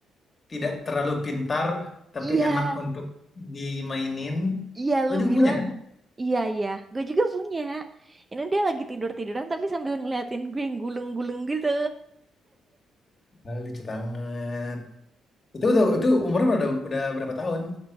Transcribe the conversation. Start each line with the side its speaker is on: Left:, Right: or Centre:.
Left: tidak terlalu pintar, tapi
Right: Iya,
Left: enak untuk dimainin.
Right: iya
Left: Lo
Right: lu
Left: juga
Right: bilang.
Left: punya kan?
Right: Iya, iya, gue juga punya. Ini dia lagi tidur-tiduran tapi sambil ngeliatin gue yang gulung-gulung gitu.
Left: Ah, lucu banget. Itu udah, itu umurnya udah, udah berapa tahun?